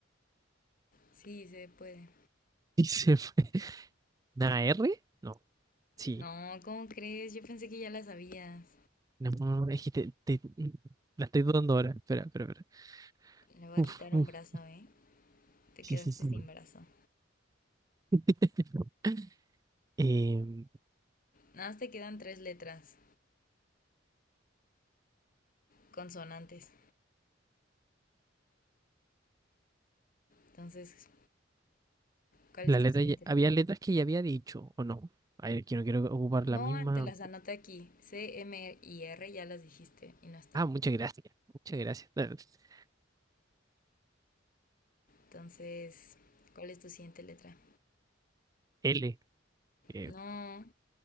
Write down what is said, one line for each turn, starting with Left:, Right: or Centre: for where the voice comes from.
Left: Sí, se puede.
Right: <laughs> y se fue. ¿Una R? No, sí.
Left: No, ¿cómo crees? Yo pensé que ya la sabías.
Right: No, no, es que te, te- la estoy dudando ahora. Espera, espera, espera.
Left: Le voy
Right: Uf,
Left: a quitar
Right: uf.
Left: un brazo, ¿eh? Te
Right: Sí,
Left: quedaste
Right: sí, sí.
Left: sin brazo.
Right: <laughs> Em,
Left: Nada más te quedan tres letras consonantes. Entonces, ¿cuál
Right: la
Left: es tu
Right: letra
Left: siguiente
Right: ya- había
Left: letra?
Right: letras que ya había dicho, ¿o no? A ver, que no quiero ocupar
Left: No,
Right: la misma.
Left: te las anoté aquí. C, M y R ya las dijiste y no están.
Right: Ah, muchas gracias. Muchas gracias. <laughs>
Left: Entonces, ¿cuál es tu siguiente letra?
Right: L. eh,
Left: No,